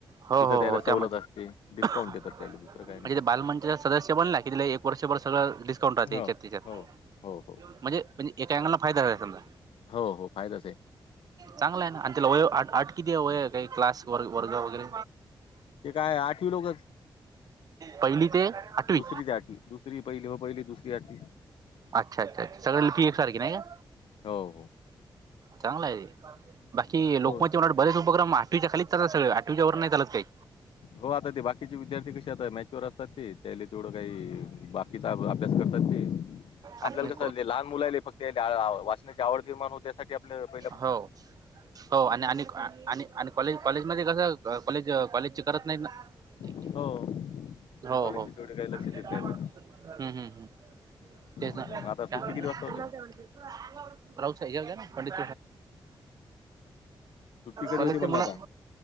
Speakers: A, on the right (about 45°); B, on the left (about 80°).
A: हो
B: तिथं
A: हो
B: त्याला
A: हो त्यामध्ये
B: सवलत असते डिस्काउंट देतात त्याला दुसरं काय
A: म्हणजे
B: नाही
A: ते
B: बाकी
A: बालमंचचा सदस्य बनला कि तिला एक वर्षभर सगळं डिस्काउंट राहते
B: हो,
A: त्याच्यात त्याच्यात
B: हो, हो, हो,
A: म्हणजे म्हणजे एका अँगलला फायदा झाय समजा.
B: हो हो फायदाच आहे.
A: चांगला आहे ना आणि त्याला वय आट किती वय काही क्लास व वर्ग वगैरे
B: ते काय आठवी लोकच.
A: पहिली ते आठवी
B: दुसरी ते आठवी दुसरी पहिली हो पहिली दुसरी आठवी
A: अच्छा अच्छाच्छ सगळ ल पी एक सख नाही का?
B: हो हो
A: चांगला आहे बाकी लोकमत
B: होच
A: बेच उपक्रम आठवीच्या खलीच चात सग आवीच्या वर नाही चात काही
B: हो आता ते बाकीचे विद्यार्थी कसे आता मॅच्यअर असतात ते त्याला तेवढं काही बाकीचा अभ्यास करतात ते आपल्याला
A: आणि
B: कसं लहान मुलाहिले फक्त वाचनाची आवड नििर्माण हो त्यासाठी आपल्या पहिल्यापासून
A: हो हो आणि आणि आणि आणि कॉलेज कॉलेजमध्येध्ये कस कॉलेज कॉलेज करत नाही ना क
B: हो
A: हो
B: कॉलेजचे
A: हो
B: तेवढे काही लक्ष
A: हम्म
B: देत नाही ना
A: हम्म हम् तेच
B: असं आहे. मग आता सुट्टी
A: काय म्ह
B: किती वाजता होते
A: प्रऊ ना पंडित
B: सुट्टी कधी
A: कल
B: होती म्हणलं
A: ते मला
B: आता